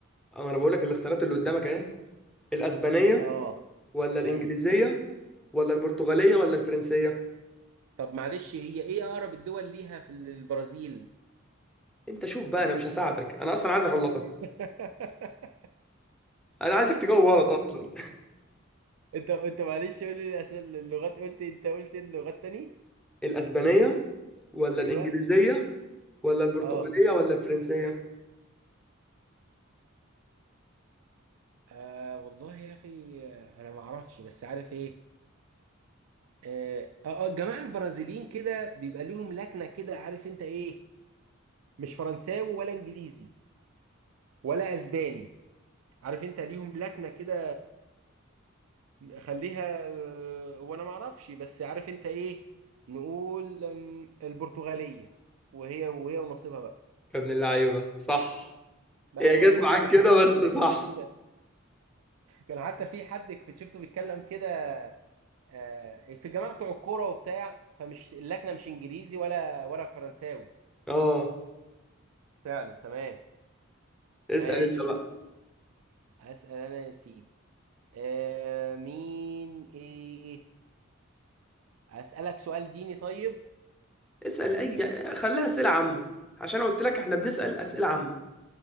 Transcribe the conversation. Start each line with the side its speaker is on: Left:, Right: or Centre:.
Centre: أما انا بقول لك الاختيارات اللي قدامك اهي الاسبانية
Right: اه
Centre: ولا الانجليزية
Right: ايوه
Centre: ولا البرتغالية ولا الفرنسية
Right: طب معلش هي ايه اقرب الدول ليها في البرازيل
Centre: انت شوف بقى انا مش هساعدك انا اصلا عايز اغلطك
Right: <laughs>
Centre: انا عايزك تجاوب غلط اصلا
Right: انت انت معلش قول لي الاسئله اللغات قلت انت قلت اللغات تاني
Centre: <laughs> الاسبانية ولا
Right: ايوه
Centre: الانجليزية ولا البرتغالية
Right: اه
Centre: ولا الفرنسية
Right: آه والله يا اخي آه، انا ما اعرفش بس عارف ايه اه اه الجماعه البرازيليين كده بيبقى ليهم لكنه كده عارف انت ايه مش فرنساوي ولا انجليزي ولا اسباني عارف انت ليهم لكنه كده خليها اه وانا ما اعرفش بس عارف انت ايه نقول ام، البرتغاليه وهي وهي ونصيبها بقى
Centre: يا ابن اللعيبة صح
Right: بقى
Centre: هي جت
Right: انا بقول
Centre: معاك
Right: لك بحسهم
Centre: كده بس
Right: من لكنتهم
Centre: صح
Right: كده كان حتى في حد كنت شفته بيتكلم كده آه، في الجماعه بتوع الكوره وبتاع فمش اللكنه مش انجليزي ولا ولا فرنساوي
Centre: اه
Right: فعلا تمام
Centre: اسأل
Right: ماشي
Centre: انت بقى
Right: هسأل أنا يا سيدي آه مين إيه أسألك سؤال ديني طيب
Centre: اسأل اي خليها اسئلة عامة عشان قلت لك احنا بنسأل اسئلة عامة